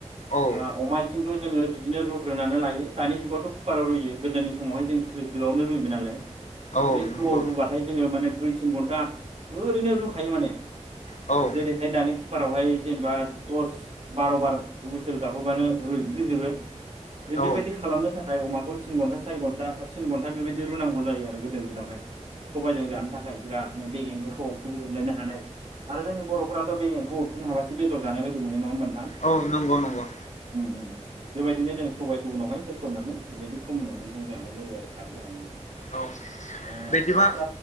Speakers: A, on the left; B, on the right.
A: औ
B: आ अमा आइथिंख। जोङो बिदिनो रुग्रोनानै लायो दानि जुगावथ' कुकाराव रुयो। गोदोनि समावहाय जों दोआवनो रुयोमोन नालाय।
A: औ
B: बे
A: नंगौ
B: थौआव रुबाथाय जोङो माने दुइ तिन घन्टा ओरैनो रुखायो माने
A: औ
B: जेरैहाय दानि कुकारावहाय जेनेबा दस बार' बार हुइसेल गाबहोबानो रुइफ्रिजोबो जों बेबायदि
A: औ
B: खालामनो थाखाय अमाखौ। थिन घन्टा सारि घन्टा थिन घन्टा बेबायदि रुनांगौ जायो आरो गोदो दिनावहाय सब्बायजों जानो थाखाय बिरादनो बेगेंफोरखौ अरख्रुबजोबलायनो हानाय आरो जोंनि बर'फोराथ' बेगेंखौ अरख्रुनो हाबासो बेदर जानाय बायदि मोनो नङा होमबा? नोंथां
A: औ नंगौ नंगौ।
B: उम उम बेबायदिनो जों सबबायखौ उनावहाय होसननानै बेबायदि खौ होननानै जों जानाय जायो आरो खारै होनानै।
A: औ
B: ओ
A: बिदिबा
B: आदसा